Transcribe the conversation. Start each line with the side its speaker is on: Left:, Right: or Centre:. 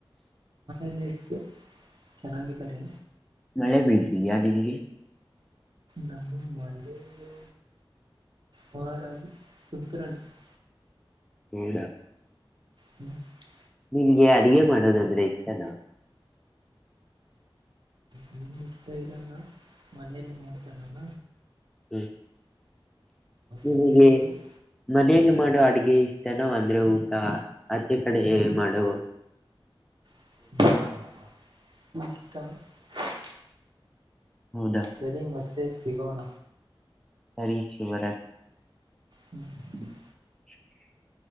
Right: ಎಲ್ಲ ಚೆನ್ನಾಗಿದ್ದಾರಾ ನಮ್ಮ ಮನೆಯಲ್ಲಿ ಎಷ್ಟು ಚೆನ್ನಾಗಿದ್ದಾರೆ
Centre: ಮಳೆ ಬೀಳ್ತಿದ್ದೀಯಾ ನಿಮಗೆ
Right: ನಮ್ಮ ಮಳೆಯೇಟ ಮಮಾರಾಗಿ ತುಂತುರಾಣಿ <unintelligible> <inaudible>
Centre: <unintelligible>
Right: ಹ್ಮ್ <unintelligible>
Centre: ನಿಮ್ಗೆ ಅಡಗೆ ಮಾಡೋದಂದ್ರೆ ಇಷ್ಟನಾ
Right: ಹ್ಮ ಇಷ್ಟ ಇರಲ್ಲ ಮನೆಯಲ್ಲಿ ಮಾಡ್ತಾರಣ
Centre: ಹ್ಮ ನಿಮಗೆ
Right: ತಿಂದಿರೋದು
Centre: ಮನೆಯಲ್ಲಿ ಮಾಡುವ ಆ ಅಗೆ ಇಷ್ಟನ ಅಂದ್ರೆ ಊಟ ಅದೇ ಕಡೆ ಮಾಡವು
Right: ಹ <unintelligible>
Centre: ಹೌದಾ
Right: ಸರಿ ಮತ್ತೆ ಸಿಗೋಣ
Centre: ಸರಿ ಶಿವರಾಜು
Right: ಹ್ಮ <unintelligible>
Centre: ಸ <unintelligible>